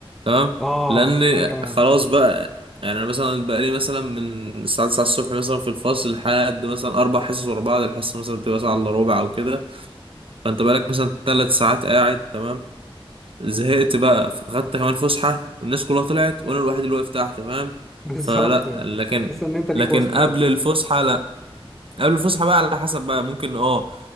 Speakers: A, on the right (about 65°); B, in the centre.
A: تمام
B: اه
A: لان
B: وانا كمان
A: خلاص بقى يعني انا مثلا بقى لي مثلا من الساعه 9 الصبح مثلا في الفصل لحد مثلا اربع حصص ورا بعض الحصه مثلا بتبقى ساعه الا ربع او كده فانت بقالك مثلا ثلاث ساعات قاعد تمام زهقت بقى فخدت كمان فسحه والناس كلها طلعت وانا الوحيد اللي واقف تحت فاهم
B: <laughs> بالظبط
A: فلا لكن
B: تحس ان انت ليك
A: لكن
B: واسطه
A: قبل
B: كده
A: الفسحه لا قبل الفسحه بقى على حسب بقى ممكن اه